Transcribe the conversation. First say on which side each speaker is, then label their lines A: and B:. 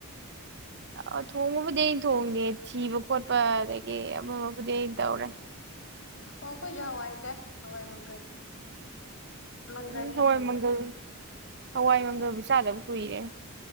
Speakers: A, on the right; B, on the left.
A: ꯑ ꯊꯣꯡꯕꯕꯨꯗꯤ ꯑ ꯊꯣꯡꯅꯤ ꯊꯤꯕ ꯈꯣꯠꯄ ꯑꯗꯒꯤ ꯑꯃꯃꯕꯨꯗꯤ ꯑꯩꯅ ꯇꯧꯔꯦ
B: ꯑꯣꯈꯣꯏꯁꯨ ꯍꯋꯥꯏ ꯆ ꯍꯋꯥꯏ ꯃꯪꯒꯜ ꯃꯪꯒꯜꯂ
A: ꯎꯝ ꯍꯋꯥꯏ
B: ꯃꯪꯒꯜꯗ
A: ꯃꯪꯒꯜ ꯍꯋꯥꯏ ꯃꯪꯒꯜꯕꯨ ꯆꯥꯗꯕ ꯀꯨꯏꯔꯦ